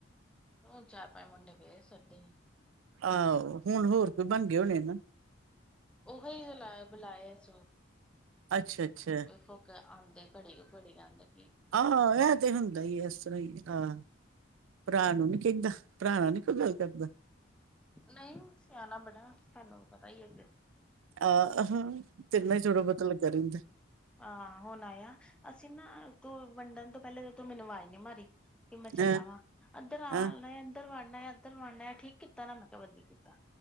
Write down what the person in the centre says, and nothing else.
ਹੁਣ ਚਾਰ ਪੰਜ ਮੁੰਡੇ ਗਏ ਸਾਡੇ
ਉਹੀ ਬੁਲਾਏ ਸੀ ਹੁਣ,
ਵੇਖੋ ਆਂਦੇ ਘੜੀ ਕੁ, ਘੜੀ ਆਂਦੇ
ਨਹੀਂ ਸਿਆਣਾ ਬੜਾ, ਸਾਨੂੰ ਪਤਾ ਹੀ ਹੈ
ਆਂ ਹੁਣ ਆਯੇ ਨਾ ਅਸੀਂ ਨਾ, ਤੂੰ ਵੰਡਣ ਤੋਂ ਪਹਿਲੇ ਤੂੰ ਮੈਨੂੰ ਆਵਾਜ਼ ਨੀ ਮਾਰੀ ਕਿ ਮੈਂ ਚੱਲਲਾ
ਵਾਂ, ਇੱਧਰ ਆਵ
ਇੱਧਰ ਵਣਨਾ ਇੱਧਰ ਵੰਨਾ ਠੀਕ ਕੀਤਾ ਨਾ, ਮੈਂ ਕਿਹਾ ਵਦੀਆ ਕੀਤਾ